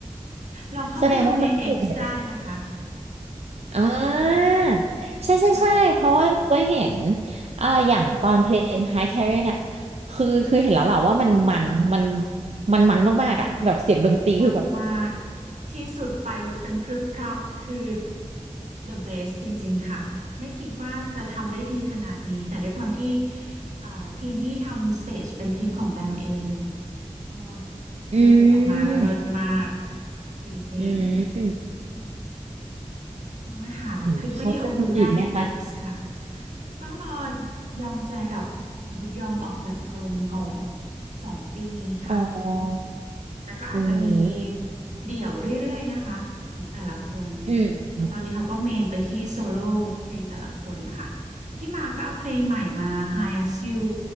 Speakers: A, on the right (about 85°); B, on the right (about 60°).
A: ลองเข้าไปดูใน
B: แสดงว่ามันคือยู่เดือดได้
A: X ได้นะคะ
B: อ่าใช่ใช่ใช่เพราะว่าเราก็เห็น
A: ค่ะ
B: อ่าอย่างตอนเพลง High Carrier เนี่ยคือคือเห็นแล้วแหละว่ามันมันมันมันมันมากๆอ่ะแบบเสียงดนตรีคือแบบ
A: มากมากที่สุดไฟลุกกันพรึบพรับคือ the best จริงๆค่ะไม่คิดว่าจะทำได้ดีขนาดนี้แต่ด้วยความที่เอ่อทีมที่ทำสเตจเป็นทีมของแบมเอง ก็
B: อื
A: เลิศออกมาเลิศมาก
B: ม
A: จริง
B: อืมอืม
A: ๆลองไปหาคลิปวิดีโอดูได้ใน
B: โหเขาจะมีอีกไหมคะ
A: X ค่ะต้องรอยองแจกับยุกยอมออกจากกรมก่อนสองปีค่ะ
B: อ๋อ
A: แต่ก็อาจจะมี
B: อืม
A: เดี่ยวเรื่อยๆนะคะของแต่ละคน
B: อืม
A: แล้วตอนนี้เขาก็เมนไปที่โซโล่เพลงแต่ละคนนะคะพี่มาก็เอาเพลงใหม่มา Hi As You